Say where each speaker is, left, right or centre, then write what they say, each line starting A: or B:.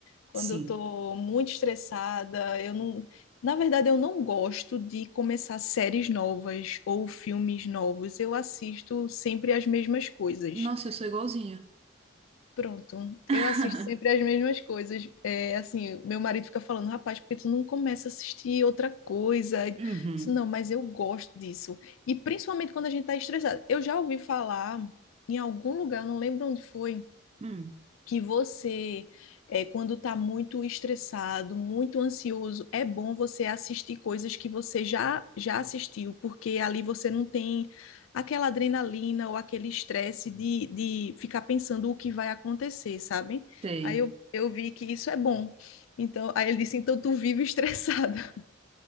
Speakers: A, on the left (about 80°); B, on the right (about 30°).
A: Quando
B: Sim.
A: eu tô muito estressada, eu não. Na verdade, eu não gosto de começar séries novas ou filmes novos. Eu assisto sempre as mesmas coisas.
B: Nossa, eu sou igualzinha.
A: Pronto, eu
B: <laughs>
A: assisto sempre as mesmas coisas. É, assim, meu marido fica falando, rapaz, porque tu não começa a assistir outra coisa? Eu
B: Uhum.
A: disse, não, mas eu gosto disso. E principalmente quando a gente tá estressado. Eu já ouvi falar em algum lugar, eu não lembro onde foi
B: Hum,
A: que você, é, quando está muito estressado, muito ansioso, é bom você assistir coisas que você já, já assistiu, porque ali você não tem aquela adrenalina ou aquele estresse de, de ficar pensando o que vai acontecer, sabe?
B: sei.
A: Aí eu, eu vi que isso é bom. Então, aí ele disse, então tu vive estressada,